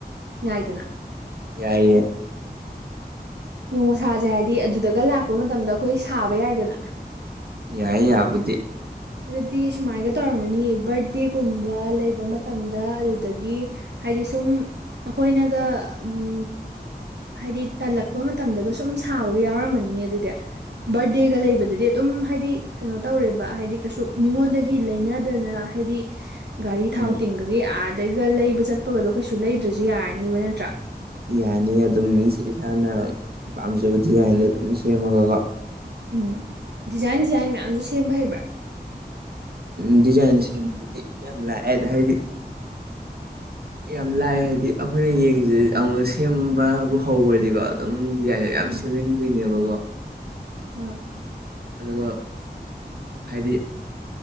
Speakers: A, on the right (about 85°); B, on the right (about 65°).
A: ꯌꯥꯏꯗꯅ
B: ꯌꯥꯏꯌꯦꯦ
A: ꯅꯣꯡꯁꯥꯁꯦ ꯍꯥꯏꯗꯤ ꯑꯗꯨꯗꯒ ꯂꯥꯛꯄ ꯃꯇꯝꯗ ꯑꯩꯈꯣꯏ ꯁꯥꯕ ꯌꯥꯏꯗꯅ
B: ꯌꯥꯏ ꯌꯥꯕꯨꯗꯤ
A: ꯑꯗꯨꯗꯤ ꯁꯨꯃꯥꯏꯒ ꯇꯧꯔꯝꯃꯅꯤꯌꯦ ꯕꯔꯗꯦꯒꯨꯝꯕ ꯂꯩꯕ ꯃꯇꯝꯗ ꯑꯗꯨꯗꯒꯤ ꯍꯥꯏꯗꯤ ꯁꯨꯝ ꯑꯩꯈꯣꯏꯅꯒ ꯎꯝ ꯍꯥꯏꯗꯤ ꯇꯥꯜꯂꯛꯄ ꯃꯇꯝꯗꯒ ꯁꯨꯝ ꯁꯥꯕꯒ ꯌꯥꯎꯔꯝꯃꯅꯤꯅꯦ ꯑꯗꯨꯗꯤ ꯕꯔꯗꯦꯒ ꯂꯩꯕꯗꯗꯤ ꯑꯗꯨꯝ ꯍꯥꯏꯗꯤ ꯀꯩꯅꯣ ꯇꯧꯔꯦꯕ ꯍꯥꯏꯗꯤ ꯀꯩꯁꯨ ꯃꯤꯉꯣꯟꯗꯒꯤ ꯂꯩꯅꯗꯅ ꯍꯥꯏꯗꯤ ꯒꯥꯔꯤ
B: ꯎꯝ
A: ꯊꯥꯎ ꯇꯤꯡ ꯑꯒꯤ ꯑꯥꯗꯩꯒ ꯂꯩꯕ ꯆꯠꯄꯒꯗꯣ ꯀꯩꯁꯨ ꯂꯩꯗ꯭ꯔꯁꯨ ꯌꯥꯔꯅꯤꯕ ꯅꯠꯇ꯭ꯔꯥ
B: ꯌꯥꯅꯤ ꯑꯗꯨꯝ ꯏꯁꯥꯅ ꯄꯥꯝꯖꯕ ꯗꯤꯖꯥꯏꯟꯗꯣ ꯑꯗꯨꯝ ꯁꯦꯝꯃꯒꯀꯣ
A: ꯎꯝ ꯗꯤꯖꯥꯏꯟ ꯗꯤꯖꯥꯏꯟ ꯃꯌꯥꯝꯁꯨ ꯁꯦꯝꯕ ꯍꯩꯕ꯭ꯔꯥ
B: ꯎꯝ ꯗꯤꯖꯥꯏꯟ ꯁꯦꯝꯕꯗꯨꯗꯤ ꯌꯥꯝ ꯂꯥꯛꯑꯦꯗ ꯍꯥꯏꯗꯤ ꯌꯥꯝ ꯂꯥꯏ ꯍꯥꯏꯗꯤ ꯑꯩꯈꯣꯏꯅ ꯌꯦꯡꯁꯤ ꯑꯃꯨꯛ ꯁꯦꯝꯕꯕꯨ ꯍꯧꯈ꯭ꯔꯗꯤꯀꯣ ꯑꯗꯨꯝ ꯗꯤꯖꯥꯏꯟꯗ ꯌꯥꯝ
A: ꯎꯝ
B: ꯁꯦꯝꯖꯤꯟꯗꯣꯏꯅꯦꯕꯀꯣ
A: ꯑ
B: ꯑꯗꯨꯒ ꯍꯥꯏꯗꯤ